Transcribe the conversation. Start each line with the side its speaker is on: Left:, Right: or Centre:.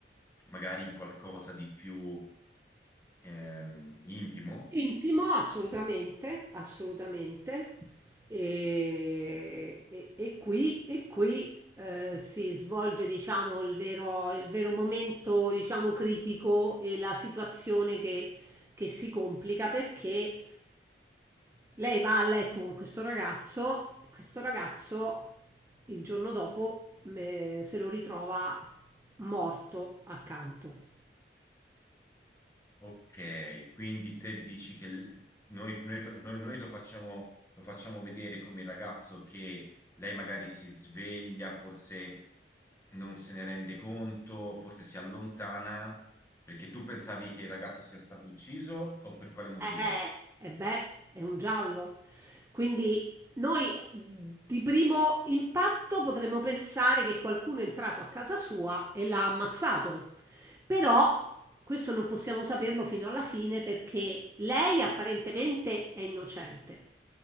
Left: magari in qualcosa di più ehm, intimo.
Right: Intimo, assolutamente, assolutamente. E, e- e qui, e qui eh, si svolge, diciamo, il vero, il vero momento, diciamo, critico e la situazione che, che si complica perché lei va a letto con questo ragazzo, questo ragazzo il giorno dopo eh, se lo ritrova morto accanto.
Left: Ok, quindi te dici che l- noi, noi fa- noi- noi lo facciamo, lo facciamo vedere come il ragazzo che lei magari si sveglia, forse non se ne rende conto, forse si allontana. Perché tu pensavi che il ragazzo sia stato ucciso o per quale motivo?
Right: Eh, eh, e beh, è un giallo. Quindi noi di primo impatto potremmo pensare che qualcuno è entrato a casa sua e l'ha ammazzato. Però questo non possiamo saperlo fino alla fine perché lei apparentemente è innocente.